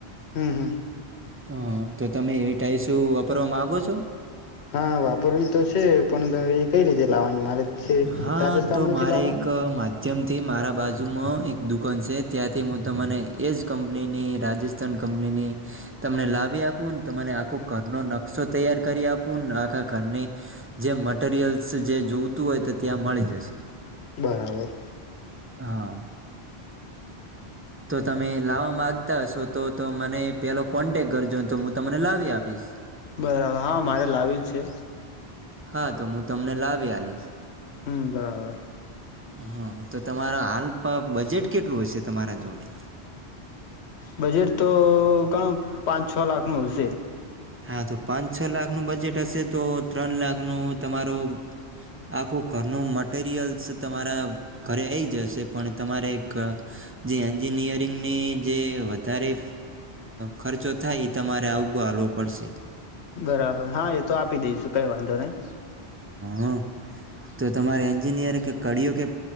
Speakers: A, on the left; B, on the right.
A: હમ હમ
B: હ તો તમે એવી ટાઈ શું વાપરવા મામાંગો છો
A: હા વાપરવી તો છે પણ એ કઈ રીતે લાવવાની મારે છે
B: હા
A: રાજસ્થાન
B: તો
A: માંથી
B: મારે
A: લાવવાની
B: એક માધ્યમથી મારા બાજુમાં એક દુકાન છે ત્યાંથી હું તને એ જ કંપનીની રાજસ્થાન કંપનીની તમને લાવી આપું ને તને આખો ઘરનોો નકશો તૈયાર કરી આપું ને આખા ઘરની જે મટરિયલ્સ જે જોવતું હોય તો ત્યાં મળી જશે
A: બરાબર
B: હા તો તમે લાવવા માગતા હશો તો તો મને પેલો કોન્ટેક કરજો તો હું તમને લાવી આપીશ
A: બરાબર હા મારે લાવેલ છે
B: હા તો હું તમને લાવી હલીશ
A: હમ બરાબર
B: હા તો તમારો હાલ બજેટ કેટલું હશે તમારા જોડે
A: બજેટ તો ઘણ પાંચ છ લાખનું હશે
B: હા તો પાંચ છ લાખનુંું બજેટ હશે તો ત્રણ લાખનું તમારું આખું ઘરનું મટરિયલ્સ તમારા ઘરે આવીઈ જ હશે પણ તમારે જે એન્જિનિયરિંગની જે વધારે ખર્ચો થાય એ તમારે આવું પડશે
A: બરાબર હા એ તો આપી દઈશું કંઈ વાંધો નં
B: હ તો તમારે એન્જિનિયર કે કળિયો કે